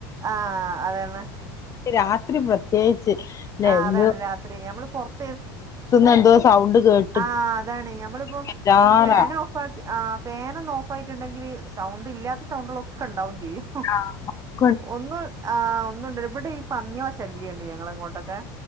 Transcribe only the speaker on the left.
എനിക്ക് രാത്രി പ്രത്യേകിച്ച് <unintelligible>
ഇന്ന് എന്തോ സൗണ്ട് കേട്ട്-
ബേജാറാ
ആഹ്